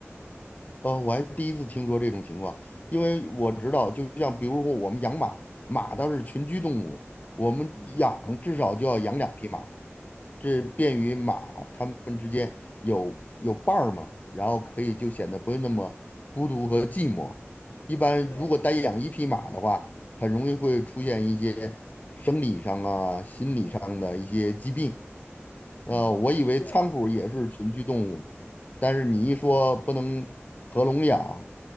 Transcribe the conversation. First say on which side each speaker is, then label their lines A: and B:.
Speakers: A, on the left (about 35°); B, on the left (about 75°).
A: 呃，我还第一次听说这种情况，因为我知道，
B: 嗯
A: 就像比如说我们养马，马它是群居动物，
B: 嗯，
A: 我们养至少就要养两匹马，
B: 嗯，
A: 这便于马它们之间有有伴儿嘛，然后可以就显得不会那么孤独和寂寞。一般如果单养一匹马的话，
B: 对，
A: 很容易会出现一些生理上啊、心理上的一些疾病。呃，
B: 嗯，
A: 我以为仓鼠也是群居动物，
B: 是的，
A: 但是你一说不能合笼养，